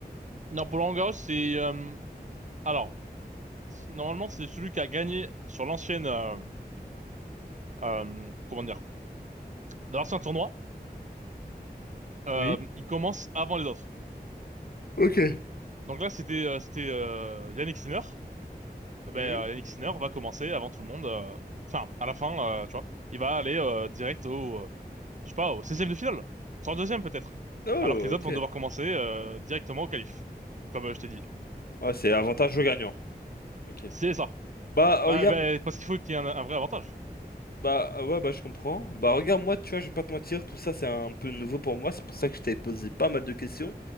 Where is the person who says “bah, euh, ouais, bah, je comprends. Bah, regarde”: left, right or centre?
Left